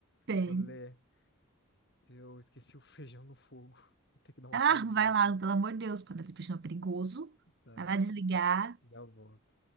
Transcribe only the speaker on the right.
Tem.
Ah,
vai
lá, pelo amor de Deus, para dar é perigoso.
Vai lá desligar.